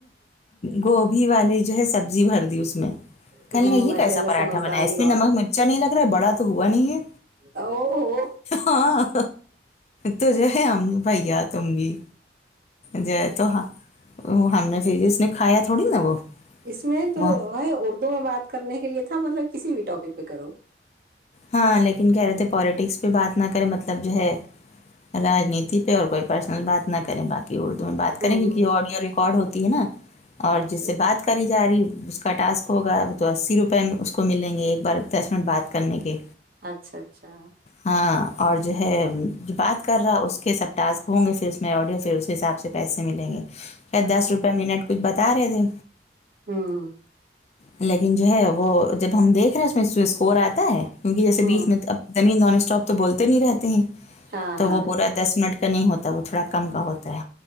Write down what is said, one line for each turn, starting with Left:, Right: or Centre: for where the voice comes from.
Left: گوبھی والی جو ہے سبزی بھر دی اس کہنے
Right: ہوں
Left: لگا یہ
Right: ماشاء
Left: کیسا
Right: اللہ
Left: پراٹھا
Right: سمجھدار
Left: بنایا ہے اس
Right: ہی
Left: میں
Right: بہت
Left: نمک مرچا نہیں لگ رہا ہے بڑا تو ہوا نہیں ہے
Right: او ہو
Left: ہاں تو جو ہے ہم بھیا تم بھی جآید تو ہاں ہم نے پھر اس نے کھایا تھوڑی نہ وہ
Right: اس میں جو
Left: وہ
Right: ہے اردو میں بات کرنے کے لیے تھا مطلب کسی بھی ٹاپک پہ کرو
Left: ہاں لیکن کہہ رہے تھے پولییٹکس پہ بات نہ کریں مطلب جو ہے راجنیتی پہ اور کوئی پرسنل بات نہ کریں باقی اردو میں بات
Right: ہوں
Left: کریں کیونکہ آڈیو ریکارڈ ہوتی ہے نہ اور
Right: اچھا
Left: جس سے
Right: اچھا
Left: بات کری جا رہی اس کا ٹاسک ہوگا وہ تو اسی روپے اس کو ملیں گے ایک بار دس منٹ بات کرنے کے
Right: اچھا اچھا
Left: ہاں اور جو ہے جو بات کر رہا اس کے سب ٹاسک ہوں گے پھر اس میں آڈیو پھر اس حساب سے پیسے ملیں گے
Right: ہاں
Left: دس روپئے منٹ کچھ بتا رہے تھے
Right: ہوں
Left: لیکن جو ہے وہ جب ہم دیکھ رہے اس میں سے اسکور آتا ہے کیونکہ جیسے
Right: ہوں
Left: بیچ میں اب تبھی ہی نان اسٹاپ تو بولتے نہیں رہتے ہیں
Right: ہاں
Left: تو
Right: ہاں
Left: وہ پورا دس منٹ کا نہیں ہوتا وہ تھوڑا کم کا ہوتا ہے